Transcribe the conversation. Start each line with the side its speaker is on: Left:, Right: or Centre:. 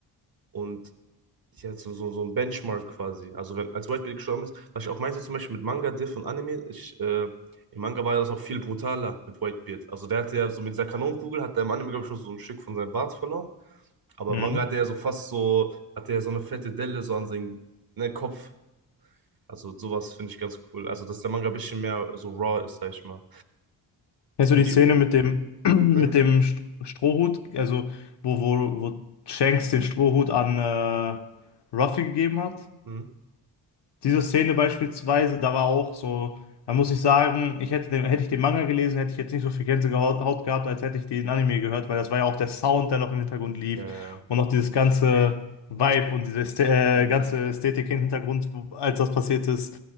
Right: und ja, so, so, so ein Benchmark quasi. Also wenn als White Bait gestorben ist, was ich auch meinte zum Beispiel mit Manga, Diff und Anime, ich, äh, im Manga war ja das auch viel brutaler mit Whitebeard. Also der hatte ja so mit dieser Kanonenkugel, hat er im Anime, glaube ich, schon so ein Stück von seinem Bart verloren. Aber
Left: Mhm.
Right: im Manga hat er ja so fast so, hat er ja so eine fette Delle so an seinem ne, Kopf. Also sowas finde ich ganz cool. Also dass der Manga ein bisschen mehr so raw ist, sag ich mal.
Left: Kennst
Right: Wenn
Left: du die
Right: ich...
Left: Szene mit dem, <clears throat> mit
Right: Ja?
Left: dem St- Strohhut, also wo, wo, wo Shanks den Strohhut an äh, Ruffy gegeben hat?
Right: Hm?
Left: Diese Szene beispielsweise, da war auch so, da muss ich sagen, ich hätte den, hätte ich den Manga gelesen, hätte ich jetzt nicht so viel Gänsehaut Haut gehabt, als hätte ich den Anime gehört, weil das war ja auch der Sound, der noch im Hintergrund lief
Right: Ja, ja.
Left: und noch dieses ganze Vibe und diese Ästhe äh,
Right: Hm.
Left: ganze Ästhetik im Hintergrund, wo- als das passiert ist.